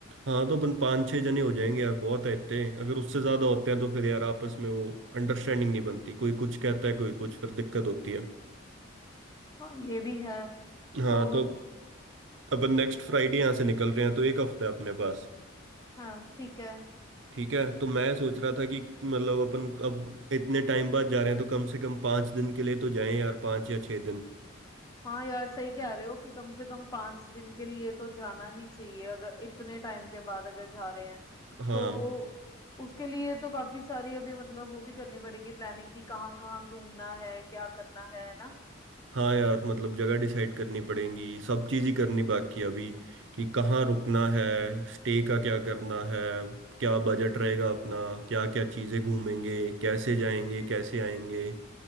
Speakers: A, on the right; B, on the left.
A: हाँ तो अपन पाँच छह जने हो जाएंगे यार बहुत है इतने अगर उससे ज्यादा होते हैं तो फिर यार आपस में वो अंडरस्टैंडिंग नहीं बनती कोई कुछ कहता है कोई कुछ फिर दिक्कत होती है
B: हाँ ये भी है
A: हाँ
B: तो
A: तो अपन नेक्स्ट फ्राइडे
B: क्या
A: यहाँ से निकल रहे हैं तो एक हफ्ता है अपने पास
B: हाँ ठीक है
A: ठीक है तो मैं सोच रहा था कि मतलब अपन अब इतने टाइम बाद जा रहे हैं तो कम से कम पाँच दिन के लिए तो जाएं यार पाँच या छः दिन
B: हाँ यार सही कह रहे हो कि कम से कम पांच दिन के लिए तो जाना ही चाहिए अगर इतने टाइम के बाद अगर जा रहे हैं
A: हाँ
B: तो उसके लिए तो काफी सारी अभी मतलब वो भी करनी पड़ेगी प्लानिंग कि कहाँ कहाँ घूमना है क्या करना है ना
A: हाँ यार मतलब जगह डिसाइड करनी पड़ेगी सब चीज़ ही करनी बाकी है अभी कि कहाँ रुकना है स्टे का क्या करना है क्या बजट रहेगा अपना क्या क्या चीज़ें घूमेंगे कैसे जाएंगे कैसे आएंगे